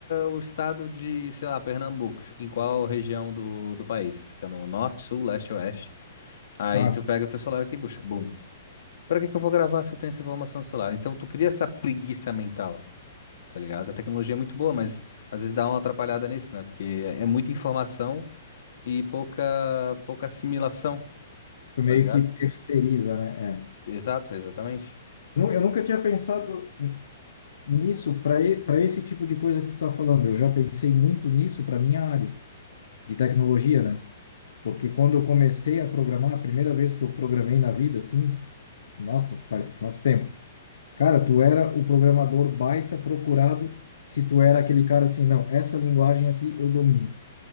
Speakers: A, on the left; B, on the left.
A: o estado de, sei lá, Pernambuco? Fica em qual região do, do país? Fica no norte, sul, leste, oeste? Aí
B: ah,
A: tu pega o teu celular aqui, bucha, bum. Pra que que eu vou gravar se eu tenho essa informação no celular? Então tu cria essa preguiça mental, tá ligado? A tecnologia é muito boa, mas às vezes dá uma atrapalhada nisso, né? Porque é é muita informação e pouca, pouca assimilação,
B: tu meio
A: tá ligado?
B: que terceiriza, né? É.
A: Exato, exatamente.
B: Nu- Eu nunca tinha pensado. Nisso, para para esse tipo de coisa que tu tá falando, eu já pensei muito nisso para minha área de tecnologia, né? Porque quando eu comecei a programar, a primeira vez que eu programei na vida, assim, nossa, faz, faz tempo. Cara, tu era o programador baita procurado se tu era aquele cara assim, não, essa linguagem aqui eu domino.